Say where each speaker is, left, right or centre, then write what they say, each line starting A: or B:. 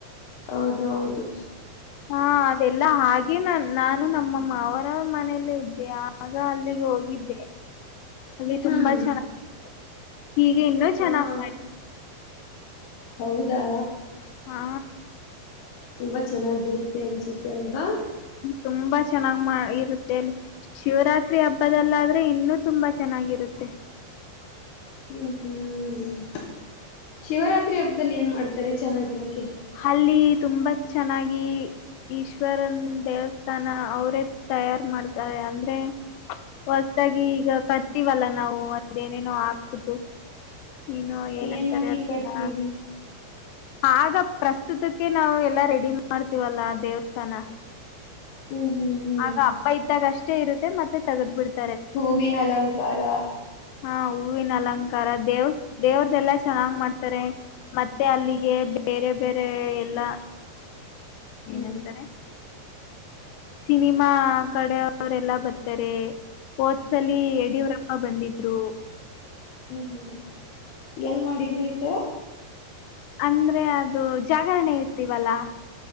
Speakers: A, on the left (about 75°); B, on the left (about 85°).
A: ಹೌದು ಹೌದು
B: ಹಾ ಅದೆಲ್ಲ ಹಾಗೆ ನಾ ನಾನು ನಮ್ಮ ಮಾವರ ಮನೆಯಲ್ಲೇ ಇದ್ದೆ ಆಗ ಅಲ್ಲಿಗೆ ಹೋಗಿದ್ದೆ.
A: <unintelligible>
B: ಅಲ್ಲಿ ತುಂಬಾ
A: ಹ್ಮ್
B: ಚೆನ್ನಾಗ್ ಈಗ ಇನ್ನೂ
A: ಹ
B: ಚೆನ್ನಾಗಿ ಮಾಡ
A: ಹೌದಾ.
B: ಹಾ.
A: ತುಂಬಾ ಚೆನ್ನಾಗಿರುತ್ತೆ ಅನ್ಸುತ್ತೆ ಅಲ್ವಾ.
B: ತುಂಬಾ ಚೆನ್ನಾಗ್ ಮಾ ಇರುತ್ತೆ ಅಲ್ಲಿ. ಶಿವರಾತ್ರಿ ಹಬ್ಬದಲ್ಲಾದ್ರೆ ಇನ್ನುೂ ತುಂಬಾ ಚೆನ್ನಾಗಿರುತ್ತೆ.
A: ಹ್ಮ್ ಹ್ಮ್ ಶಿವರಾತ್ರಿ ಹಬ್ಬದಲ್ಲಿ ಏನ್ ಮಾಡ್ತಾರೆ ಚೆನ್ನಾಗಿರಕೆ.
B: ಅಲ್ಲಿ ತುಂಬಾ ಚೆನ್ನಾಗಿ. ಈಶ್ವರನ್ ದೇವಸ್ಥಾನ ಅವ್ರೇ ತಯಾರ ಮಾಡ್ತಾರೆ ಅಂದ್ರೆ. ಹೊಸದಾಗಿ ಈಗ ಕಟ್ಟತಿವಲಾ ನಾವು ಒಂದ ಏನೇನೋ ಹಾಕ್ಬಿಟ್ಟು. ಏನೋ ಏನಂತಾರೆ
A: ಏನ್ ಹಾಕಿ
B: ಅದ್ನ
A: ಕಟ್ತೀವಿ
B: ಆಗ ಪ್ರಸ್ತುತಕ್ಕೆ ನಾವು ಎಲ್ಲಾ ರೆಡಿ ಮಾಡ್ತೀವಲ್ಲಾ ದೇವಸ್ಥಾನ.
A: ಹ್ಮ್ ಹ್ಮ್ ಹ್ಮ್
B: ಆಗ ಹಬ್ಬ ಇದ್ದಾಗ ಅಷ್ಟೇ ಇರುತ್ತೆ ಮತ್ತೆ ತಗದ್ ಬಿಡ್ತ.
A: ಹೂವಿನ ಅಲಂಕಾರ.
B: ಹಾ ಹೂವಿನ ಅಲಂಕಾರ ದೇವ್ಸ್ ದೇವ್ರ್ದಲ್ಲಾ ಚೆನ್ನಾಗ್ ಮಾಡ್ತಾರೆ. ಮತ್ತೆ ಅಲ್ಲಿಗೆ ಬೇರೆ ಬೇರೆ ಎಲ್ಲಾ
A: ಹ್ಮ್
B: ಏನಂತಾರೆ. ಸಿನಿಮಾ ಕಡೆ ಅವರೆಲ್ಲ ಬರ್ತಾರೆ ವೋಟ್ಸ್ ಅಲ್ಲಿ ಎಡವ್ರ ಆ ಬಂದಿದ್ರು
A: ಹ್ಮ್ ಹ್ಮ್ ಎಲ್ ಮಾಡಿದ್ರು ಈತರ
B: ಅಂದ್ರೆ ಅದು ಜಾಗರಣೆ ಇರ್ತೀವಲ್ಲಾ